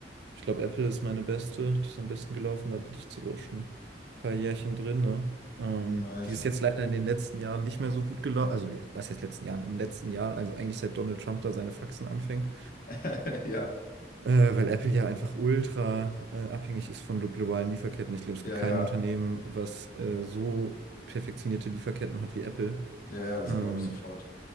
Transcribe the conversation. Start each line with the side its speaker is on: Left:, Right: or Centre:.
Right: ich glaube, Apple ist meine beste, die ist am besten gelaufen, da bin ich jetzt aber auch schon ein paar Jährchen drin, ne? Ähm,
Left: nice.
Right: die ist jetzt leider in den letzten Jahren nicht mehr so gut gelaufen, also was heißt letzten Jahren? Im letzten Jahr, also eigentlich seit Donald Trump da seine Faxen anfängt,
Left: <laughs> Ja,
Right: äh, weil Apple ja einfach ultra äh, abhängig ist von glo- globalen Lieferketten. Ich glaube, es
Left: ja,
Right: gibt kein
Left: ja.
Right: Unternehmen, was äh, so perfektionierte Lieferketten hat wie Apple.
Left: Ja, ja, das
Right: Ähm,
Left: glaube ich sofort.